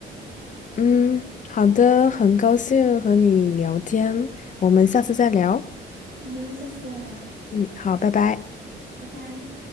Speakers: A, on the left; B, on the right.
A: 嗯，好的，很高兴和你聊天，我们下次再聊。
B: 好的，下次再聊，
A: 嗯，好，拜拜。
B: 拜拜。